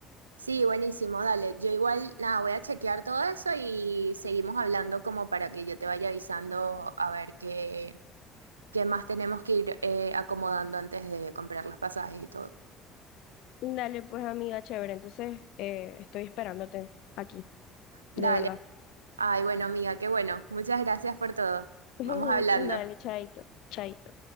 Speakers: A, on the right; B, on the left.
A: Sí, buenísimo, dale. Yo igual, nada, voy a chequear todo eso y seguimos hablando como para que yo te vaya avisando a ver qué, qué más tenemos que ir eh, acomodando antes de comprar los pasajes y todo.
B: Dale, pues, amiga, chévere, entonces eh, estoy esperándote aquí,
A: Dale.
B: de verdad.
A: Ay, bueno, amiga, qué bueno. Muchas gracias por todo.
B: <laughs>
A: Vamos hablando.
B: Dale, chaito, chaito.